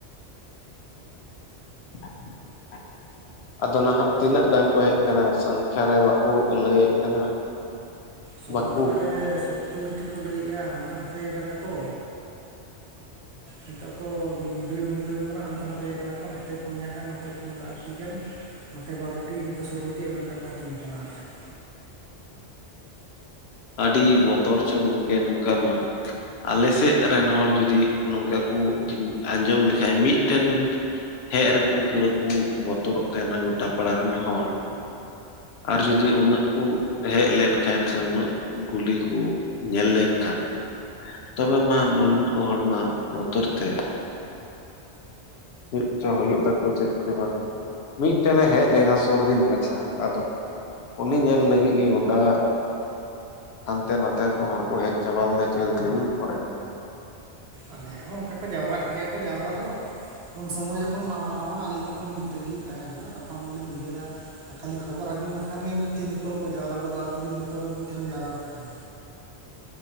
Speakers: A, on the left; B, on the right.
A: ᱵᱟᱝ ᱟᱸᱡᱚᱢᱚᱜ ᱠᱟᱱᱟ ᱟᱫᱚ ᱱᱟᱦᱟᱜ ᱛᱤᱱᱟᱹᱜ ᱜᱟᱱ ᱠᱚ ᱦᱮᱡ ᱟᱠᱟᱱᱟ ᱥᱚᱝᱠᱷᱟ ᱨᱮ ᱵᱟᱠᱚ ᱞᱟᱹᱭᱮᱫ ᱠᱟᱱᱟ?
B: ᱥᱚᱝᱠᱷᱟ
A: ᱵᱟᱠᱚ
B: ᱨᱮ ᱥᱳᱛᱛᱚᱨᱴᱤ ᱠᱚ ᱞᱟᱹᱭᱮᱜᱼᱟ ᱦᱟᱱᱛᱮ-ᱱᱟᱛᱮ ᱠᱟᱱᱟ ᱠᱚ ᱱᱤᱛᱚᱜ ᱠᱚ ᱵᱷᱤᱲ ᱵᱷᱩᱝᱲᱟᱹᱣ ᱠᱟᱱᱟ ᱦᱟᱱᱛᱮ-ᱱᱟᱛᱮ ᱠᱟᱱᱟ ᱠᱚ ᱱᱟᱛᱮ ᱯᱩᱱᱭᱟ ᱜᱟᱱ ᱱᱚᱛᱮ ᱟᱴᱴᱤ ᱜᱟᱱ ᱱᱚᱛᱮ ᱵᱟᱨᱚᱴᱤ ᱱᱚᱛᱮ ᱥᱳᱞᱳᱴᱞᱴᱤ ᱚᱱᱮ ᱚᱱᱠᱟ ᱠᱚ ᱦᱟᱹᱴᱤᱧ ᱟᱠᱟᱱᱟ ᱟᱨ ᱪᱮᱫ
A: ᱟᱹᱰᱤ ᱵᱚᱛᱚᱨ ᱪᱚ ᱜᱚᱢᱠᱮ ᱱᱚᱝᱠᱟ ᱢᱟ ᱟᱞᱮ ᱥᱮᱫ ᱨᱮᱱ ᱦᱚᱲ ᱡᱩᱫᱤ ᱱᱚᱝᱠᱟ ᱠᱚ ᱟᱸᱡᱚᱢ ᱞᱮᱠᱷᱟᱱᱡ ᱢᱤᱫᱴᱮᱱ ᱦᱮᱡ ᱨᱮᱠᱚ ᱯᱩᱨᱟᱹ ᱠᱚ ᱵᱚᱛᱚᱨᱚᱜ ᱛᱟᱦᱮᱱᱟ ᱜᱚᱴᱟ ᱯᱟᱲᱟ ᱨᱮᱱ ᱦᱚᱲ ᱟᱨ ᱡᱩᱫᱤ ᱩᱱᱟᱹᱜ ᱠᱩ ᱦᱮᱡ ᱞᱮᱱᱠᱷᱟᱱ ᱥᱮ ᱩᱱᱟᱹᱜ ᱜᱩᱞᱤ ᱠᱚ ᱧᱮᱞ ᱞᱮᱱ ᱞᱮᱱ ᱠᱷᱟᱱ ᱛᱚᱵᱮ ᱢᱟ ᱱᱩᱱᱠᱩ ᱦᱚᱲᱢᱟ ᱵᱚᱛᱚᱨ ᱛᱮ ᱪᱮᱫ ᱪᱚ ᱦᱩᱭᱩᱜ ᱛᱟᱠᱚ ᱪᱮᱫ ᱪᱚ ᱵᱟᱝᱟ ᱢᱤᱫᱴᱮᱱᱮ ᱦᱮᱡ ᱞᱮᱱᱟ ᱥᱩᱨᱫᱤᱱ ᱢᱟᱪᱷᱟ ᱟᱫᱚ ᱩᱱᱤ ᱧᱮᱞ ᱞᱟᱹᱜᱤᱫ ᱜᱮ ᱜᱚᱴᱟ ᱦᱟᱱᱛᱮ ᱱᱟᱛᱮᱱ ᱠᱚ ᱦᱚᱲ ᱠᱚ ᱦᱮᱡ ᱪᱟᱵᱟ ᱞᱮᱱᱟ ᱡᱷᱟᱹᱞ-ᱡᱷᱟᱹᱞ ᱠᱚᱨᱮᱱ
B: ᱟᱞᱮ ᱦᱚᱸ ᱚᱱᱠᱟ ᱠᱚ ᱡᱟᱣᱨᱟᱜ ᱜᱮᱭᱟ ᱠᱚ ᱡᱟᱣᱨᱟ ᱫᱚ ᱩᱱ ᱥᱚᱢᱚᱭ ᱡᱚᱠᱷᱚᱱ ᱱᱟᱣᱟ ᱱᱟᱣᱟ ᱟᱹᱞᱤᱧ ᱡᱚᱠᱷᱚᱱ ᱜᱤᱫᱽᱨᱟᱹ ᱜᱮᱞᱤᱧ ᱛᱟᱦᱮᱸ ᱞᱮᱱᱟ ᱛᱚᱠᱷᱚᱱ ᱞᱤᱧ ᱩᱭᱦᱟᱹᱨᱟ ᱠᱷᱟᱹᱞᱤ ᱠᱷᱚᱵᱚᱨ ᱟᱸᱡᱚᱢ ᱞᱮᱠᱷᱟᱱ ᱜᱮ ᱢᱤᱫᱴᱷᱮᱱ ᱡᱚᱛᱚ ᱜᱮ ᱠᱚ ᱡᱟᱣᱨᱟ ᱜᱚᱫᱼᱟ ᱟᱛᱳ ᱨᱮᱱ ᱡᱷᱚᱛᱚ ᱦᱚᱲ ᱢᱤᱫᱴᱷᱮᱢ ᱡᱟᱣᱨᱟ ᱜᱟᱜ ᱠᱟᱱᱟ